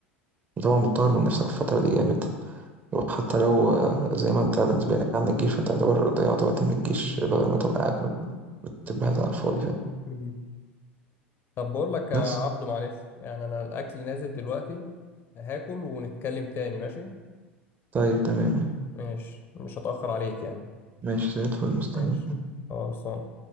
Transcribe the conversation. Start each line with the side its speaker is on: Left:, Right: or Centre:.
Right: وطبعًا بتطوّر من نَفْسك في الفترة دي جامد، وحتى لو آه، زي ما أنت بالنسبة لك عندك جيش فأنت يعتبر ضيّعت وقت من الجيش بدل ما تبقى قاعد تبقى على الفاضي فاهم
Left: امم طب بقول لك يا
Right: بس
Left: عبدو معلش يعني انا الاكل نازل دلوقتي هاكل ونتكلم تاني ماشي
Right: طيب تمام
Left: ماشي مش هتأخر عليك يعني
Right: ماشي زي الفل مستني
Left: ماشي خلصان